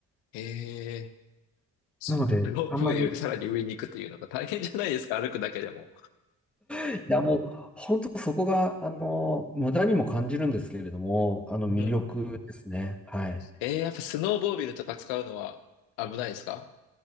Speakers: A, on the left (about 75°); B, in the centre.
A: ええそのロープウェイよりさらに上に行くというのが大変じゃないですか、
B: なので、あんまり、
A: <laughs> 歩くだけでも。
B: いや、もう、本当そこが、あの、無駄にも感じるんですけれども、あの、
A: うん。
B: 魅力ですね。はい。
A: ええやっぱスノーボービルとか使うのは危ないですか